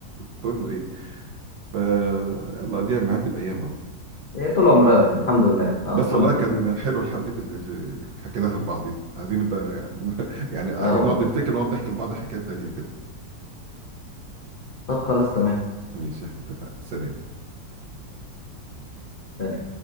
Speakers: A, on the right; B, on the left.
A: تقول له ايه فيلا دي بنعدي الايام اهو
B: هي طول عمرها غالية الحمد لله
A: بس
B: اه الحمد
A: والله كان
B: لله
A: حلو الحواديت اللي ش- حكيناها لبعض دي عايزين نبقى <laughs> يعني عايزين
B: اه
A: نقعد
B: والله
A: نفتكر نقعد نحكي لبعض حكايات تانية كده
B: طب خلاص تمام
A: ماشي اتفقنا سلام
B: سلام.